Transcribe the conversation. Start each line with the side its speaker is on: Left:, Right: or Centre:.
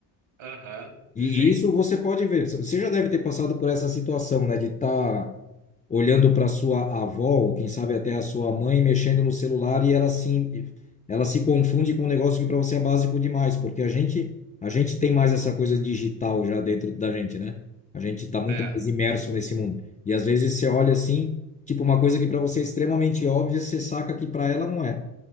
Right: Aham,
Left: E
Right: sim,
Left: isso você pode ver. Você já deve ter passado por essa situação, né? De estar olhando para sua avó, ou quem sabe até a sua mãe, mexendo no celular e ela se, ela se confunde com um negócio que para você é básico demais, porque a gente, a gente tem mais essa coisa digital já dentro da gente, né? A gente está muito
Right: é.
Left: mais imerso nesse mundo. E às vezes você olha assim, tipo uma coisa que para você é extremamente óbvia, você saca que para ela não é.